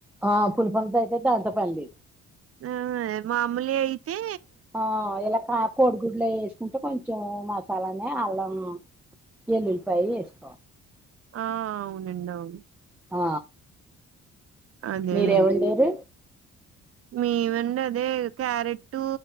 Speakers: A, in the centre; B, on the right.
A: ఆ పులపంత అయితే దానితో పనిలేదు.
B: ఆ మామూలియి అయితే
A: ఆ ఎలా కా కోడిగుడ్లు అయి ఎసుకుంటే కొంచెం మసాలనే అల్లం, ఎల్లులిపాయి వేసుకోవాలి.
B: ఆ అవునండి అవును.
A: ఆ
B: అదేలేండి
A: మీరేం వండారు?
B: మేమండి అదే క్యారెట్